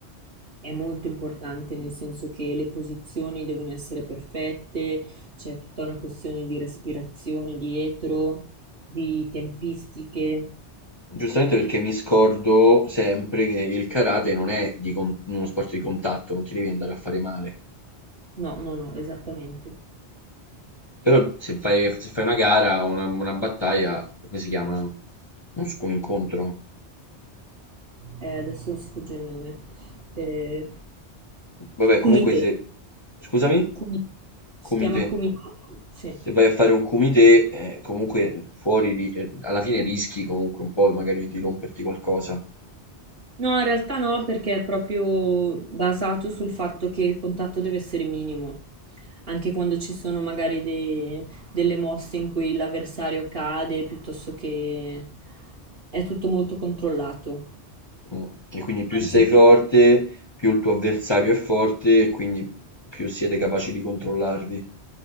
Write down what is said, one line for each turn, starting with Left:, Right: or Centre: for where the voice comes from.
Right: È molto importante nel senso che le posizioni devono essere perfette, c'è tutta una questione di respirazione dietro, di tempistiche.
Left: Giustamente perché mi scordo sempre che il karate non è di con- uno sport di contatto, non ti devi andare a fare male.
Right: No, no, no, esattamente.
Left: Però se fai, se fai una gara, una, una battaglia, come si chiamano? Non so, un incontro.
Right: Eh, adesso mi sfugge il nome. Eh,
Left: Vabbè, comunque
Right: Kumite.
Left: se... Scusami?
Right: Kumi-
Left: Kumite.
Right: Si chiama Kumite. Sì.
Left: Se vai a fare un kumite, eh, comunque fuori di... eh, alla fine rischi comunque un po' magari di romperti qualcosa.
Right: No, in realtà no, perché è proprio basato sul fatto che il contatto deve essere minimo, anche quando ci sono magari de- delle mosse in cui l'avversario cade, piuttosto che è tutto molto controllato.
Left: Mm. E quindi più
Right: Anzi,
Left: sei
Right: tu-
Left: forte, più il tuo avversario è forte, e quindi più siete capaci di controllarvi.